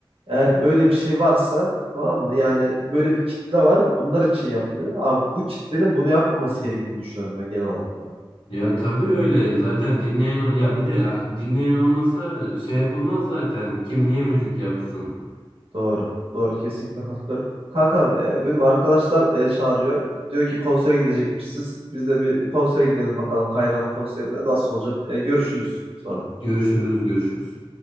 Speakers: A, on the right; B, on the left.
A: eğer böyle bir şey varsa tamam mı? Yani böyle bir kitle var. Bunlar için yapılıyor. Ama bu kitlenin bunu yapmaması gerektiğini düşünüyorum ben genel olarak.
B: Ya tabii öyle. Zaten dinleyen o- ya bir de ya, dinleyen olmasa şey yapılmaz zaten. Kim niye müzik yapsın?
A: Doğru. Doğru. Kesinlikle katılıyorum. Kankam e, benim arkadaşlar e, çağırıyor. Diyor ki konsere gidecekmişsiniz. Biz de bir konsere gidelim bakalım Kayra'nın konserine nasıl olacak. E, görüşürüz sonra.
B: Görüşürüz, görüşürüz.